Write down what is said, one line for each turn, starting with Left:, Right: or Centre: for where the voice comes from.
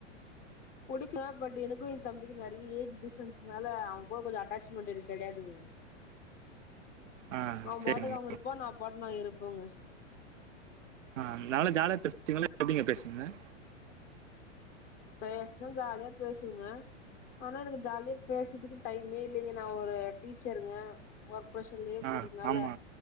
Left: புடிக்கு பட் எனக்கு எ தம்பிக்கு நறிய ஏஜ் டிஃப்ரென்ஸ்னால அவே கூட கொஞ்சொ அட்டாச்மெண்ட் எனக்கு கெடயாதுங்க
Right: ஆ
Left: அவே
Right: சரிங்க
Left: பாட்டுக்கு அவுங்க இருப்பா நா பாட்டுக்கு நா இருப்போங்க
Right: ஆ நல்லா ஜாலியா பேசுவீங்ளா எப்டிங்க பேசுவீங்க
Left: பேசனா ஜாலியா பேசுவங்க ஆனா எனக்கு ஜாலியா பேசுதுக்கு டைமே இல்லிங்க நா ஒரு டீச்சருங்க ஒர்க் ப்ரஷர்லே
Right: ஆ
Left: போறதுனால
Right: ஆமா